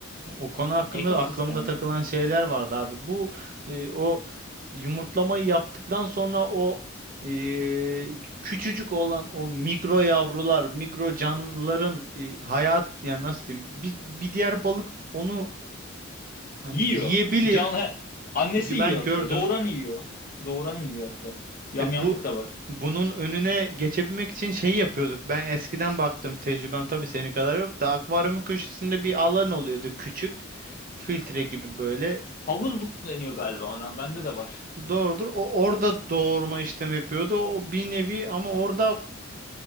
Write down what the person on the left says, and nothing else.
ekosistem
ya.
Yiyor.
Canlı annesi
yiyor
hatta.
Doğuran yiyor. Doğuran yiyor hatta. Yamyamlık
da var.
Havuzluk deniyor galiba ona. Bende de var.